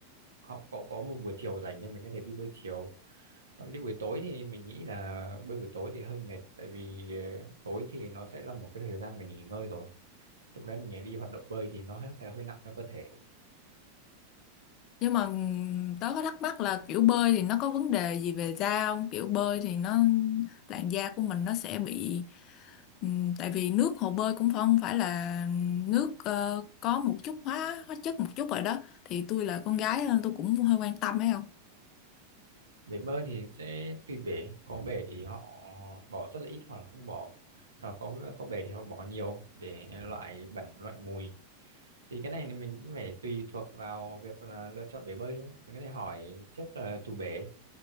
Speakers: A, on the right; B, on the left.
A: cậu, cậu có một buổi chiều rảnh thì mình có thể đi bơi chiều còn đi buổi tối thì mình nghĩ là bơi buổi tối thì hơi mệt tại vì ờ, tối thì nó sẽ là một cái thời gian mình nghỉ ngơi rồi lúc đấy mình lại đi hoạt động bơi thì nó sẽ hơi nặng cho cơ thể
B: nhưng mà tớ có thắc mắc là kiểu bơi thì nó có vấn đề gì về da không kiểu bơi thì nó làn da của mình nó sẽ bị ừm, tại vì nước hồ bơi cũng không phải là nước ờ, có một chút hóa hóa chất một chút rồi đó thì tôi là con gái nên tôi cũng hơi quan tâm ấy không
A: bể bơi thì sẽ tùy bể có bể thì họ bỏ rất là ít hoặc là không bỏ hoặc có có bể thì họ bỏ nhiều để loại bẩn loại mùi thì cái này thì mình cũng phải tùy thuộc vào việc là lựa chọn bể bơi thôi mình có thể hỏi trước là chủ bể